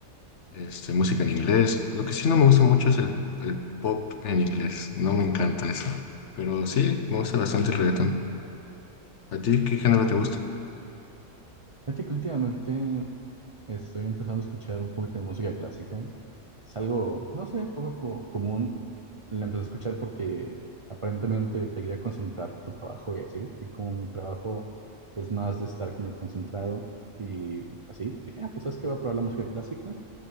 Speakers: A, on the left (about 65°); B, on the right (about 35°).
A: este, música en inglés. Lo que sí no me gusta mucho es el, el pop en inglés. No me encanta eso. Pero sí, me gusta bastante el reggaetón. ¿A ti qué género
B: Fíjate
A: te gusta?
B: que, fíjate que últimamente estoy empezando a escuchar un poquito de música clásica, es algo, no sé, poco co- común la empecé a escuchar porque aparentemente te ayuda a concentrar tu trabajo y así. Y como mi trabajo es más de estar muy concentrado y así, pues dije, ah, pues sabes que voy a probar la música clásica.